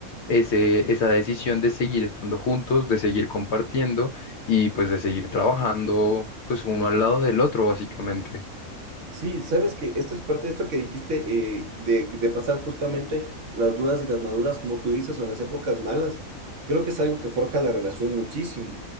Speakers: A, on the left; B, on the right.
A: ese, esa decisión de seguir estando juntos, de seguir compartiendo y pues de seguir trabajando, pues uno al lado del otro, básicamente.
B: Sí, sabes que esta es parte de esto que dijiste, eh, de, de pasar justamente las duras y las maduras, como tú dices, o en las épocas malas. Creo que es algo que forja la relación muchísimo.